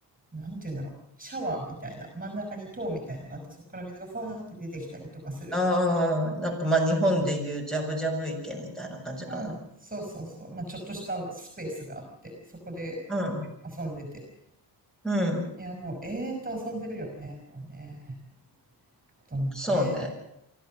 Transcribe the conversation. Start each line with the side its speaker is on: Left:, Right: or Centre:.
Right: なんて言うんだろう。シャワーみたいな、真ん中に塔みたいのがあって、そこから水がファーって出てきたりとかする。
Centre: ああ、なんかまあ日本で言うジャブジャブ池みたいな感じかな。
Right: うん、そうそうそう。まあ、ちょっとしたスペースがあって、そこで
Centre: う
Right: 遊んでて。
Centre: ん、うん、
Right: いや、もう永遠と遊んでるよね、もうね。こともね。
Centre: そうね。